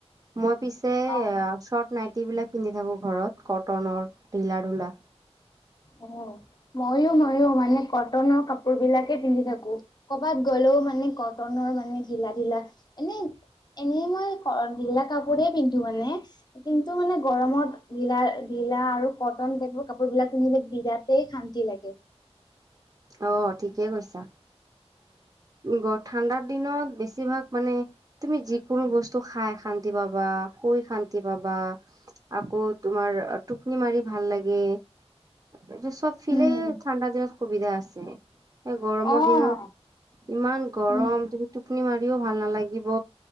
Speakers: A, on the right (about 35°); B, on the left (about 40°).
A: মই পিছে
B: অ'।
A: শৰ্ট নাইটী বিলাক পিন্ধি থাকো ঘৰত কটনৰ ঢিলা ঢলা।
B: অ ময়ো ময়ো মানে কটনৰ কাপোৰ বিলাকে পিন্ধি থাকো। কৰবাত গ'লেও মানে কটনৰ মানে ঢিলা ঢিলা এনে এনেই মই ঢিলা কাপোৰেই পিন্ধো মানে কিন্তু মানে গৰমত ঢিলা আৰু কটন টাইপোৰ কাপোৰ বিলাক পিন্ধিলে বিৰাটেই শান্তি লাগে।
A: অ ঠিকে কৈছা এ গ ঠাণ্ডাৰ বেছিভাগ মানে তুমি যিকোনো বস্তু খাই শান্তি পাবা, শুই শান্তি পাবা আকৌ তোমাৰ টুপনি মাৰি ভাল লাগে। এইটো চব ফিলে
B: উম,
A: ঠাণ্ডা দিনত সুবিধা আছে। এই গৰমৰ
B: অ',
A: দিনত ইমান গৰম
B: উম,
A: তুমি টোপনি মাৰিও ভাল নালাগিব।